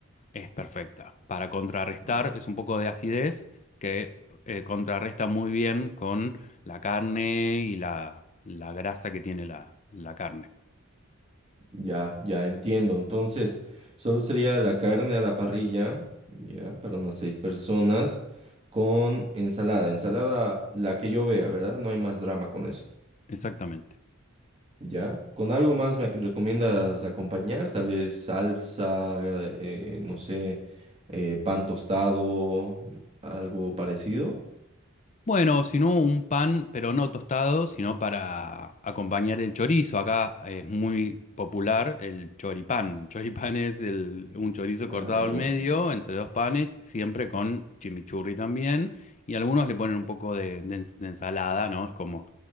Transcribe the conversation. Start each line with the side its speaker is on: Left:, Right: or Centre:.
Left: Es perfecta. Para contrarrestar,
Right: Ya,
Left: es un poco de acidez que eh, contrarresta muy bien con la carne y la, la grasa que tiene la, la carne.
Right: ya, ya entiendo. Entonces, solo sería la carne a la parrilla, ya, para unas seis personas, con ensalada. Ensalada, la que yo vea, ¿verdad? No hay más drama con eso.
Left: Exactamente.
Right: Ya, ¿con algo más me ac- recomiendas acompañar? Tal vez salsa, eh, no sé, eh, pan tostado, algo parecido.
Left: Bueno, si no, un pan, pero no tostado, sino para acompañar el chorizo. Acá es muy popular el choripán. <laughs> Choripán es el- un chorizo cortado
Right: Ah, ya.
Left: al medio, entre dos panes, siempre con chimichurri también. Y algunos le ponen un poco de, de ens- de ensalada, ¿no? Es como